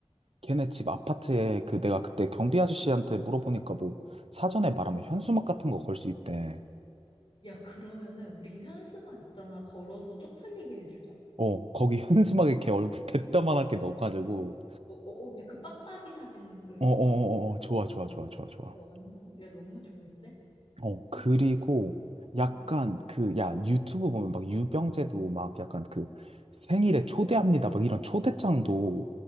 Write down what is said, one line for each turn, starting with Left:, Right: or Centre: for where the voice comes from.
Right: 걔네 집 아파트에 그 내가 그때 경비 아저씨한테 물어보니까 뭐 사전에 말하면 현수막 같은 거 걸 수 있대.
Left: 그러면은 우리 현수막 있잖아 걸어서 쪽팔리게 해주자
Right: 어, 거기 <laughs> 현수막에 걔 얼굴 대따만하게 넣어가지고.
Left: 어어야그 빡빡이 사진으로
Right: 어, 어,
Left: 너
Right: 어,
Left: 빡빡이
Right: 어,
Left: 사진
Right: 어. 좋아, 좋아,
Left: 어
Right: 좋아, 좋아, 좋아.
Left: 야, 완전 야 너무 좋은데
Right: 어, 그리고
Left: 어떡해 응.
Right: 약간 그, 야, 유튜브 보면 막 유병재도 막 약간 그 생일에 초대합니다. 막 이런 초대장도